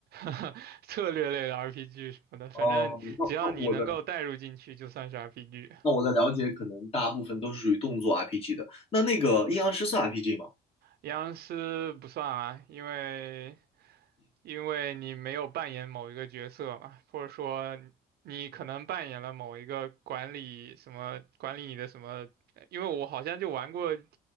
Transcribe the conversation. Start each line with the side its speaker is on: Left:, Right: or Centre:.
Right: <laughs> 策略类的 RPG 什么的，反正只要你能够带入进去，
Left: 哦，那那我的
Right: 就算是 RPG。
Left: 那我的了解可能大部分都是属于动作 RPG 的。那那个阴阳师是 RPG 吗？
Right: 阴阳师不算啊，因为因为你没有扮演某一个角色嘛，或者说你可能扮演了某一个管理什么管理你的什么，呃因为我好像就玩过